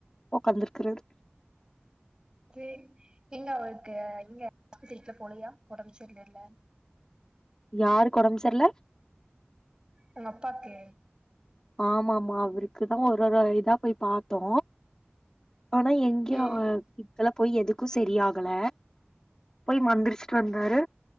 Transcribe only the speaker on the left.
உக்காந்துருக்குது.
யாருக்கு ஒடம்பு சரியில்ல.
ஆமா ஆமா அவருக்குதா ஒரு ஒரு இதா போய் பாத்தோ. ஆனா எங்கேயோ
எலா போய் எது. க்கு செரியாகல. போய் மந்துருச்சுட்டு வந்தாரு